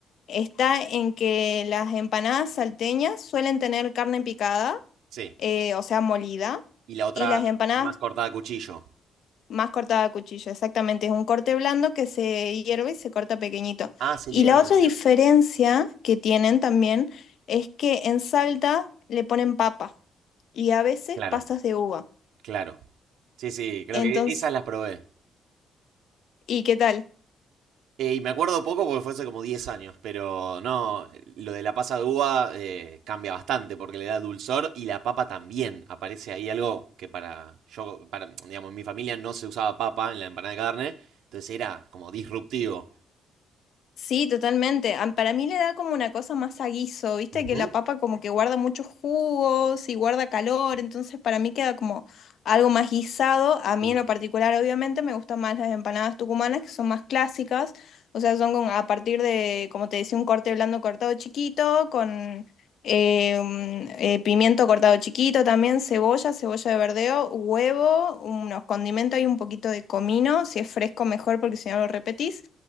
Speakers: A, on the left (about 65°); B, on the right (about 75°).
A: está en que las empanadas salteñas suelen tener carne picada
B: sí.
A: eh, o sea, molida,
B: Y la otra
A: y las empanadas
B: más cortada a cuchillo.
A: Más cortada a cuchillo, exactamente. Es un corte blando que se hierve y se corta pequeñito.
B: Ah, se
A: Y
B: hierve,
A: la otra
B: mira.
A: diferencia que tienen también es que en Salta le ponen papa y a veces
B: Claro,
A: pasas de uva.
B: claro. Sí, sí, creo
A: Entonces,
B: que esas las probé.
A: ¿y qué tal?
B: Eh, y me acuerdo poco porque fue hace como 10 años, pero no, lo de la pasa de uva eh, cambia bastante porque le da dulzor y la papa también. Aparece ahí algo que para yo, para, digamos, en mi familia no se usaba papa en la empanada de carne, entonces era como disruptivo.
A: Sí, totalmente. Am- Para mí le da como una cosa más a guiso, viste
B: Ujú,
A: que la papa como que guarda muchos jugos y guarda calor, entonces para mí queda como algo más guisado. A mí
B: mm.
A: en lo particular, obviamente, me gustan más las empanadas tucumanas, que son más clásicas, o sea, son con- a partir de, como te decía, un corte blando cortado chiquito, con eh, un, eh, pimiento cortado chiquito también, cebolla, cebolla de verdeo, huevo, unos condimentos y un poquito de comino, si es fresco mejor porque si no lo repetís.